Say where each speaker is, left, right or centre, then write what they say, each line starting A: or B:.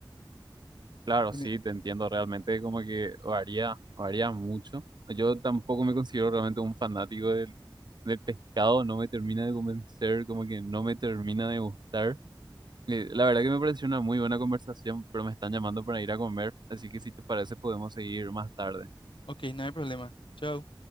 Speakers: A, on the right; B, on the left.
A: Claro,
B: En
A: sí,
B: e-
A: te entiendo, realmente como que varía, varía mucho. Yo tampoco me considero realmente un fanático del, del pescado, no me termina de convencer, como que no me termina de gustar. Eh, La verdad que me pareció una muy buena conversación, pero me están llamando para ir a comer, así que si te parece podemos seguir más tarde.
B: Ok, no hay problema. Chao.